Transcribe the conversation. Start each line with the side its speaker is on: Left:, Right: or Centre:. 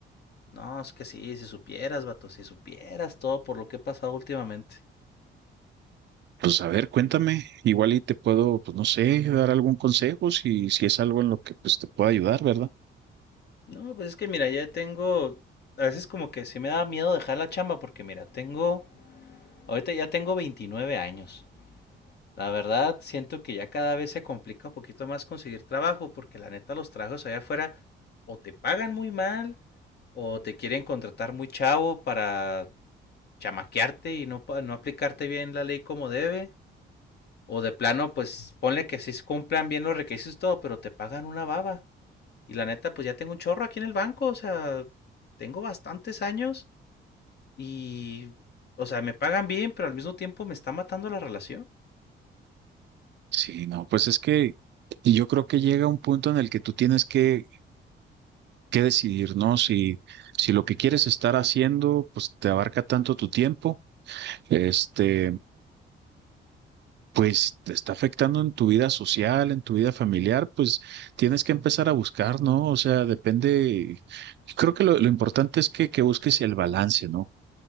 Left: No, es que sí, si supieras, vato, si supieras todo por lo que he pasado últimamente.
Right: pues a ver, cuéntame, igual y te puedo, pues no sé, dar algún consejo si, si es algo en lo que pues te pueda ayudar, ¿verdad?
Left: No, pues es que mira, ya tengo, a veces como que sí me da miedo dejar la chamba porque mira, tengo, ahorita ya tengo 29 años. La verdad, siento que ya cada vez se complica un poquito más conseguir trabajo, porque la neta los trabajos allá afuera o te pagan muy mal, o te quieren contratar muy chavo para chamaquearte y no, pa- no aplicarte bien la ley como debe, o de plano, pues ponle que sí cumplan bien los requisitos y todo, pero te pagan una baba. Y la neta, pues ya tengo un chorro aquí en el banco, o sea, tengo bastantes años y, o sea, me pagan bien, pero al mismo tiempo me está matando la relación.
Right: Sí, no, pues es que yo creo que llega un punto en el que tú tienes que, que decidir, ¿no? Si, si lo que quieres estar haciendo, pues te abarca tanto tu tiempo, este, pues te está afectando en tu vida social, en tu vida familiar, pues tienes que empezar a buscar, ¿no? O sea, depende, creo que lo, lo importante es que, que busques el balance, ¿no?